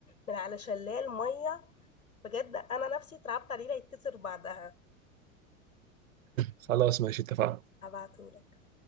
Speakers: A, on the left; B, on the right.
A: من على شلال مية بجد انا نفسي اترعبت عليه لا يتكسر بعدها
B: خلاص ماشي اتفقنا
A: هبعتهولك